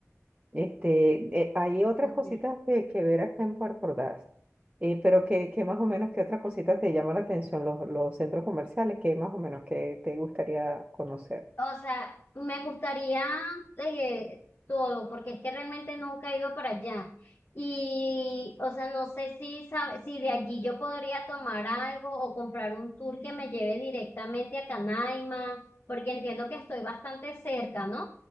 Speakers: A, on the right; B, on the left.
A: Este, eh, hay otras
B: Ok.
A: cositas que, que ver acá en Puerto Ordaz, Eh, pero que, que más o menos, ¿qué otras cositas te llaman la atención los, los centros comerciales? ¿Qué más o menos que te gustaría conocer?
B: O sea, me gustaría eh, todo, porque es que realmente nunca he ido para allá. Y, o sea, no sé si sabe- si de allí yo podría tomar algo o comprar un tour que me lleve directamente a Canaima, porque entiendo que estoy bastante cerca, ¿no?